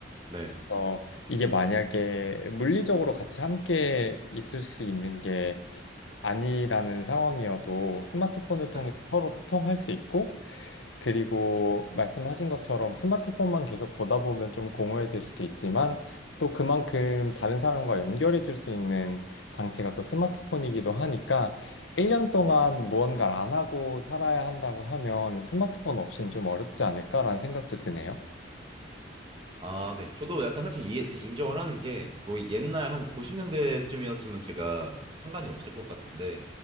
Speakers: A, on the right; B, on the left.
A: 네.
B: 어, 이게 만약에 물리적으로 같이 함께 있을 수 있는 게 아니라는 상황이어도 스마트폰을
A: 네.
B: 통해 서로 소통할 수 있고, 그리고 말씀하신 것처럼 스마트폰만 계속 보다 보면 좀 공허해질 수도 있지만, 또 그만큼 다른 사람과 연결해 줄 수 있는 장치가 또 스마트폰이기도 하니까, 1년 동안 무언가를 안 하고 살아야 한다고 하면 스마트폰 없이는 좀 어렵지 않을까라는 생각도 드네요.
A: 아, 네. 저도 약간 사실 이해, 인정을 하는 게, 뭐 옛날 한 90년대쯤이었으면 제가 상관이 없을 것 같은데,